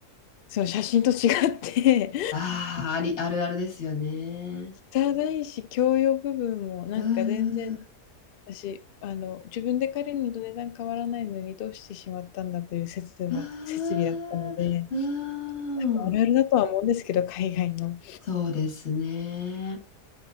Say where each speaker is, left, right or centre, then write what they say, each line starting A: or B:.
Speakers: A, on the left (about 75°); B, on the left (about 50°).
A: その写真と違って、
B: ああ、あり、あるあるですよね。
A: 汚いし、共用部分もなんか全然
B: うー
A: 私、あの、自分で借りるのと値段変わらないのにどうしてしまったんだという説は設備だったので、
B: あーうー
A: 多分あるあるだとは思うんですけど、
B: ん。
A: 海外の。
B: そうですね。